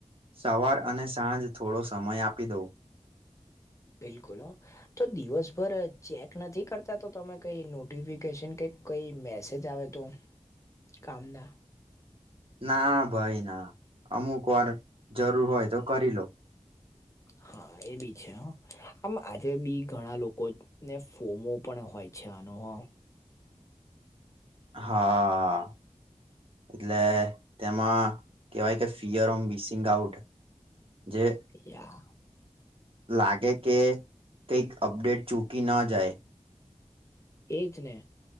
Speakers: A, on the right; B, on the left.
A: સવાર અને સાંજ થોડો સમય આપી દઉં.
B: બિલકુલ. તો દિવસભર ચેક નથી કરતા તો તમે કઈ નોટિફિકેશન કઈક કઈ મેસેજ આવે તો, કામ ના.
A: ના ભાઈ ના, અમુક વાર જરૂર હોય તો કરી લવ.
B: હા એ બી છે હો. આમ આજે બી ઘણા લોકો ને ફોમો પણ હોય છે આનો હ
A: હા. એટલે તેમાં કેવાય કે ફિયર ઓમ મિસિંગ આઉટ જે
B: યા
A: લાગે કે કઈક અપડેટ ચૂકી ના જાય.
B: એજ ને.